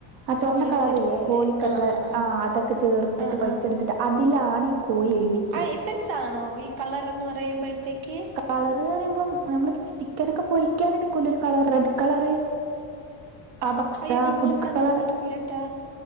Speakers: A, on the right (about 50°); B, on the right (about 75°).
A: ആ ചുവന്ന
B: കൊഴച്ചെടുക്കുവല്ലേ
A: കളറില്ലേ കോഴിക്കളർ
B: ആഹ് ആഹ് ആഹ്
A: ആ അതൊക്കെ ചേർത്തിട്ട്
B: ആഹ്
A: കൊഴച്ചെടുത്തിട്ട്
B: ആഹ്
A: അതിലാണ് കോഴി വേവിക്കുക
B: ആ എസൻസ് ആണോ ഈ കളർന്ന് പറയുമ്പഴ്ത്തേക്ക്?
A: കളറ് പറയുമ്പം നമ്മൾ ചിക്കനൊക്കെ പൊരിക്കാൻ എടുക്കൂലെ ഒരു കളർ റെഡ് കളറ് ആ ബക്സ്ഥ
B: അയ്യോ ഞങ്ങളിവിടെ
A: ഫുഡ് കളർ
B: അങ്ങനെയൊന്നും എടുക്കൂലട്ടാ